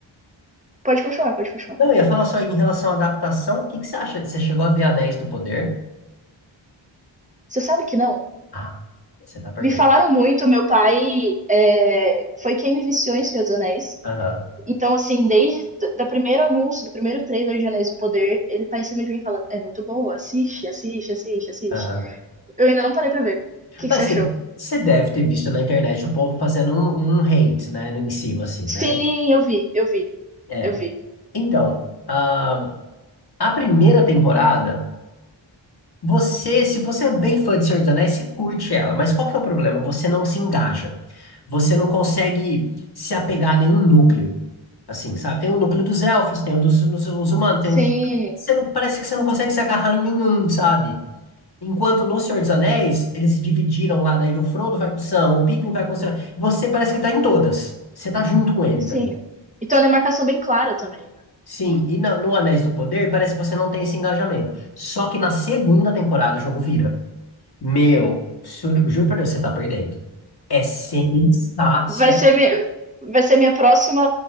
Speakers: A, on the right; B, on the left.
A: Pode continuar, pode continuar.
B: não, eu ia falar só em relação à adaptação, o que que você acha? Você chegou a ver Anéis do Poder?
A: Você sabe que não?
B: Ah, você tá perdendo.
A: me falaram muito, meu pai é, foi quem me viciou em Senhor dos Anéis.
B: Aham,
A: Então, assim, desde o primeiro anúncio, do primeiro trailer de Anéis do Poder, ele tá em cima de mim e fala, é muito boa, assiste, assiste, assiste, assiste.
B: aham.
A: Eu ainda não parei pra ver. O que,
B: Mas
A: que você achou?
B: você, você deve ter visto na internet o povo fazendo um, um hate, né? Em cima, assim,
A: Sim,
B: né?
A: eu vi, eu vi,
B: É.
A: eu vi.
B: Então, ah, a primeira temporada. Você, se você é bem fã de Senhor dos Anéis, você curte ela, mas qual que é o problema? Você não se engaja. Você não consegue se apegar a nenhum núcleo. Assim, sabe? Tem o núcleo dos elfos, tem o dos, nos- os humanos, tem
A: Sim,
B: o... Você não, parece que você não consegue se agarrar em nenhum, sabe? Enquanto no Senhor dos Anéis, eles se dividiram lá, daí o Frodo vai com o Sam, o Pippin vai com o Sam. Você parece que tá em todas. Você tá junto com eles
A: sim.
B: ali.
A: E tem uma demarcação bem clara também, né?
B: Sim, e na- no Anéis do Poder parece que você não tem esse engajamento. Só que na segunda temporada o jogo vira. Meu, juro, juro pra Deus, você tá perdendo. É sensacional.
A: Vai ser, mi- vai ser minha próxima,